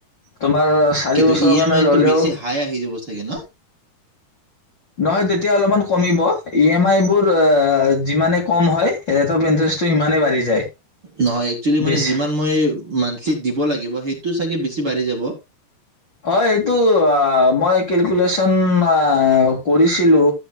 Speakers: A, on the left; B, on the right.
A: তোমাৰ চাৰি
B: কিন্তু
A: বছৰৰ
B: ই
A: কাৰণে
B: এম আইটো
A: ললেও
B: বেছি হাই আহি যাব চাগে ন
A: নহয় তেতিয়া এতিয়া অলপমান কমিব ই এম আই বোৰ যিমানে কম হয় ৰেট অফ ইণ্টাৰেষ্টটো সিমানেই বাঢ়ি যায়
B: নহয় একচোলি মানে
A: বেছি
B: যিমান মই মানথিলি দিব লাগিব সেইটো চাগে বেছি বাঢ়ি যাব
A: হয় সটো মইে কেলকোলেচন অঁ কৰিছিলো